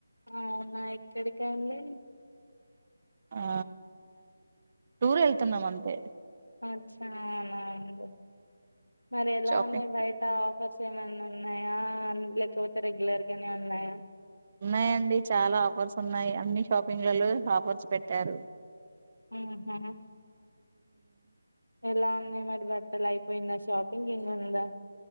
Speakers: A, on the left; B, on the right.
A: అవునా ఎక్కడికి అండి
B: ఆ టూర్ వెళ్తున్నాం అంతే
A: అచ్చ అవునండి మరి ఎలా
B: షాపింగ్
A: ఉన్నాయి బయట ఆఫర్స్ ఏమైన్నా ఉన్నాయా లేకపోతే రెగ్యులర్ గానే ఉన్నాయా
B: ఉన్నాయండి చాలా ఆఫర్స్ ఉన్నాయి అన్ని షాపింగ్లలో ఆఫర్స్ పెట్టారు
A: ఆ హ ఎలా ఉన్నాయి మరి బట్టలు అయిపోయిందా షాపింగ్ ఇంగా ఉందా